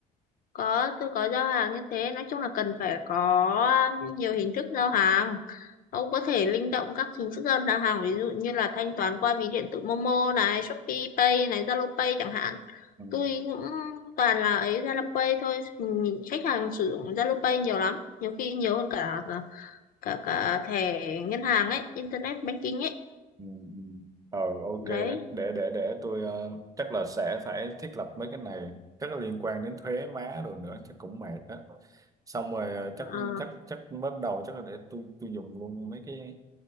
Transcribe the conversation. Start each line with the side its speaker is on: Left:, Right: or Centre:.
Left: có tôi có giao hàng như thế nói chung là cần phải có um, nhiều hình thức giao hàng ông có thể linh động các hình thức giao hàng ví dụ như là thanh toán qua ví điện tử Momo này Shopee Pay này Zalo Pay chẳng hạn
Right: ừ,
Left: tôi cũng toàn là ấy Zalo Pay thôi Nhìn khách hàng sử dụng Zalo Pay nhiều lắm nhiều khi nhiều hơn cả cả cả thẻ ngân hàng ấy internet banking ấy
Right: ừ, ừ. Ờ, ok
Left: đấy
Right: để để để tôi ờ, chắc là sẽ phải thiết lập mấy cái này chắc là liên quan đến thuế má rồi nữa chắc cũng mệt á xong rồi ờ, chắc
Left: ờ,
Right: chắc chắc bắt đầu chắc là để tôi tôi dùng luôn mấy cái